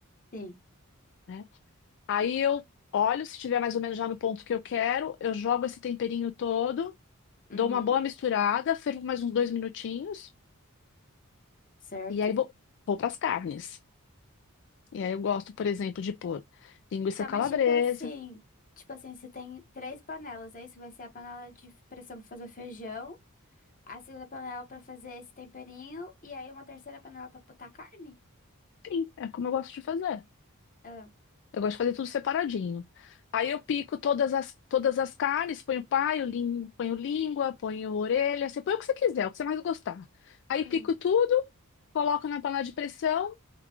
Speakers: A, on the left; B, on the left.
A: Sim.
B: né? Aí eu olho se tiver mais ou menos já no ponto que eu quero, eu jogo esse temperinho todo,
A: Uhum.
B: dou uma boa misturada, fervo mais uns dois minutinhos
A: Certo.
B: e aí vou, vou para as carnes. E aí eu gosto, por exemplo, de pôr linguiça
A: Tá,
B: calabresa.
A: mas tipo assim, tipo assim, você tem três panelas, aí isso vai ser a panela de pressão pra fazer o feijão, a segunda panela pra fazer esse temperinho e aí uma terceira panela pra botar carne?
B: Sim, é como eu gosto de fazer.
A: Ah.
B: Eu gosto de fazer tudo separadinho. Aí eu pico todas as, todas as carnes, ponho paio, lin- ponho língua, ponho orelha, você põe o que você quiser, o que você mais gostar. Aí
A: Hum.
B: pico tudo, coloco na panela de pressão,